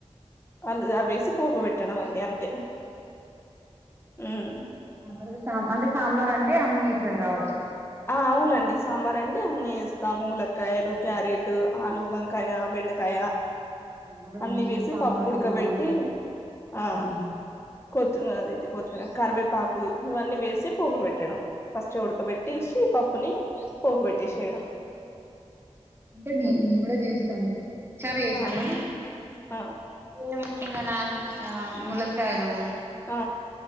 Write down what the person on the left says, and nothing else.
అ దుఅ వేసి పోపు పెట్టడం అండి అంతే ఉమ్
ఆ అవునండి సాంబార్ అంటెఅన్నిీ ఇస్తాములక్కయలు
క్యారెట్ ఆలు వంకాయ బెండకాయ
అన్నిీ వేసి
పప్పు ఉడకబెట్టి
ఆ
కొతుినదంది కొతుమిన కరవేపు పాకు ఇవన్నీ వేసి పోపు పెట్టడం ఫస్ట్ ఉడకబెట్టిసి పప్పుని పోపు పెట్టేసేయడం
ఉమ్.
ఆ ఆ
ఆ